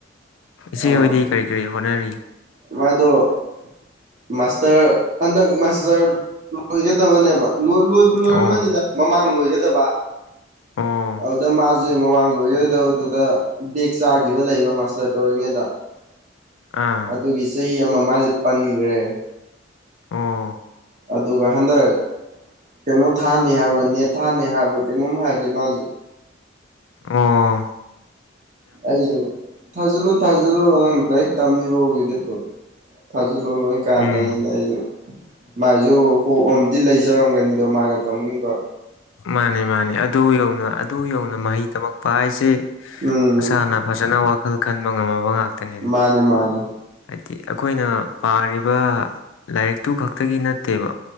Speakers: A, on the left (about 85°); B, on the right (about 40°).
A: ꯏꯆꯦ
B: ꯑ
A: ꯍꯣꯏꯗꯤ ꯀꯔꯤ ꯀꯔꯤ ꯍꯣꯠꯅꯔꯤ
B: ꯃꯥꯗꯣ ꯃꯥꯁꯇꯔ ꯍꯟꯗꯛ ꯃꯥꯁꯇꯔ ꯂꯣꯏꯒꯗꯕꯅꯦꯕ ꯂꯣꯏꯕ ꯂꯣꯏꯔꯝꯃꯅꯤꯗ
A: ꯑꯣ
B: ꯃꯃꯥꯡ ꯂꯣꯏꯒꯗꯕ
A: ꯑꯣ
B: ꯑꯣꯗ ꯃꯥ ꯁꯦ ꯃꯃꯥꯡꯗꯣꯏꯒꯣꯏꯗꯧꯗꯨꯗ ꯕꯦꯦꯛ ꯆꯥꯈꯤꯕ ꯂꯩꯕ ꯃꯥꯁꯇꯔ ꯇꯧꯔꯤꯉꯩꯗ
A: ꯑꯥ
B: ꯑꯗꯨꯒꯤ ꯆꯍꯤ ꯑꯃ ꯃꯥꯁꯦ ꯄꯟꯈ꯭ꯔꯦ
A: ꯑꯣ
B: ꯑꯗꯨꯒ ꯍꯟꯗꯛ ꯀꯩꯅꯣ ꯊꯥꯅꯤ ꯍꯥꯏꯕ ꯅꯦꯠ ꯊꯥꯅꯤ ꯍꯥꯏꯔꯕ ꯀꯩꯅꯣꯝ ꯍꯥꯏꯔꯗꯤ ꯃꯥꯁꯨ
A: ꯑꯥ
B: ꯑꯩꯁꯨꯣ ꯊꯖꯂꯣ ꯊꯥꯖꯜꯂꯣ ꯂꯂꯥꯡ ꯂꯏꯛ ꯇꯝꯃꯤꯕꯗꯣ ꯊꯖꯜ ꯂꯣ ꯂ ꯀꯥꯟꯅꯩꯩꯅ
A: ꯎꯝ
B: ꯑꯩꯁꯨ ꯃꯥꯏꯁꯨ ꯍꯣꯞ ꯑꯃꯗꯤꯝ ꯂꯩꯖꯔꯝꯒꯅꯤꯗꯣ ꯃꯥꯅ ꯇꯧꯅꯤꯡꯕ
A: ꯃꯥꯅꯤ ꯃꯥꯅꯤ ꯑꯗꯨ ꯌꯧꯅ ꯑꯗꯨ ꯌꯧꯅ ꯃꯍꯩ ꯇꯝꯃꯛꯄ ꯍꯥꯏꯁꯦ
B: ꯎꯝ
A: ꯃꯁꯥꯅ ꯐꯖꯅ ꯋꯥꯈꯜ ꯀꯟꯕ ꯉꯝꯃꯕ ꯉꯥꯛꯇꯅꯤꯗ
B: ꯃꯥꯅꯦ ꯃꯥꯅꯦ
A: ꯍꯥꯏꯗꯤ ꯑꯩꯈꯣꯏꯅ ꯄꯥꯔꯤꯕ ꯂꯥꯏꯔꯤꯛꯇꯨ ꯈꯛꯇꯒꯤ ꯅꯠꯇꯦꯕ